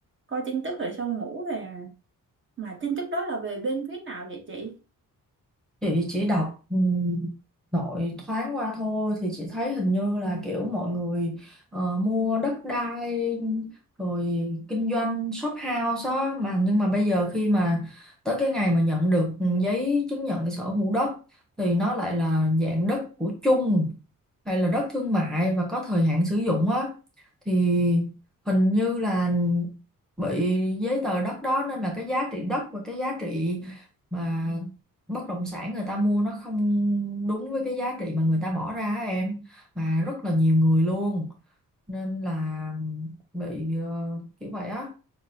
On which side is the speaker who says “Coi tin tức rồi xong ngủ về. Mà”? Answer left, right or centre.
Right